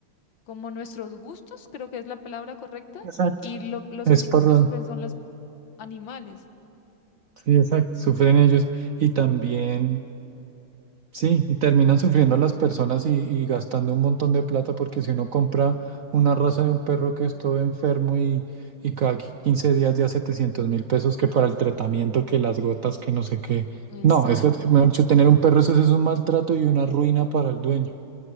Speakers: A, on the left; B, on the right.
A: como nuestros gustos, creo que es la palabra correcta,
B: Exacto.
A: y lo- los
B: Es
A: únicos
B: por,
A: que sufren son los animales.
B: sí, exacto, sufren ellos y también Sí, y terminan sufriendo las personas y, y gastando un montón de plata porque si uno compra una raza de un perro que es todo enfermo y, y cada 15 días ya setecientos mil pesos que para el tratamiento, que las gotas, que no sé qué.
A: Exacto.
B: No, es que, mejor dicho, tener un perro eso, sí es un maltrato y una ruina para el dueño.